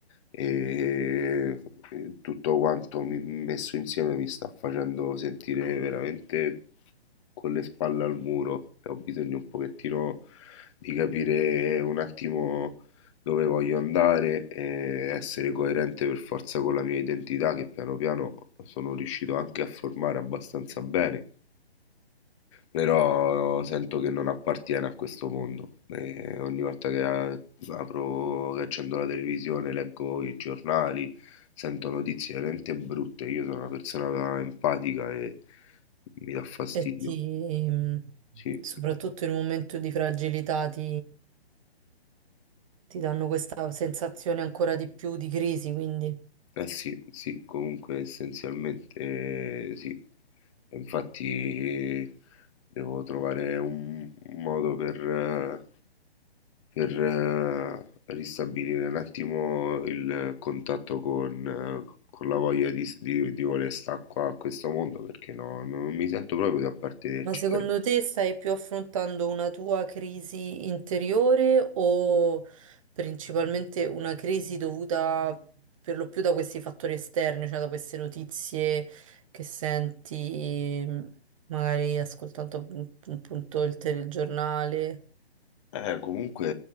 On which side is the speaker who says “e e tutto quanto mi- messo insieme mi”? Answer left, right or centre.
Left